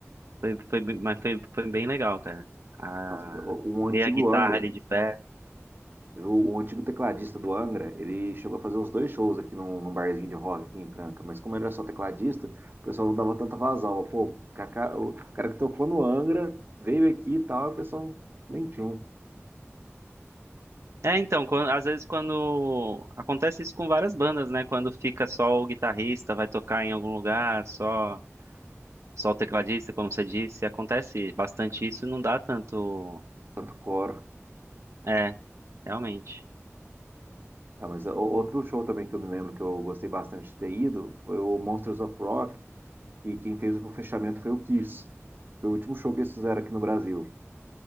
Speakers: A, on the right (about 70°); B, on the right (about 45°).
A: Foi, foi, bem- mas foi, foi bem legal, cara. Ah,
B: nossa, o-
A: ver
B: um antigo
A: a guitarra
B: Angra,
A: ali de perto
B: o, o antigo tecladista do Angra, ele chegou a fazer uns dois shows aqui num, num barzinho de rock aqui em Franca, mas como ele era só tecladista, o pessoal não dava tanta vazão. Pô, o Cacá- o cara que tocou no Angra veio aqui e tal, e o pessoal nem tinha um
A: É, então, quan- às vezes quando. Acontece isso com várias bandas, né? Quando fica só o guitarrista, vai tocar em algum lugar, só, só o tecladista, como você disse. Acontece bastante isso e não dá tanto.
B: tanto coro.
A: É, realmente.
B: Ah, mas o- outro show também que eu me lembro que eu gostei bastante de ter ido foi o Monsters of Rock, e quem fez o fechamento foi o Kiss. Foi o último show que eles fizeram aqui no Brasil.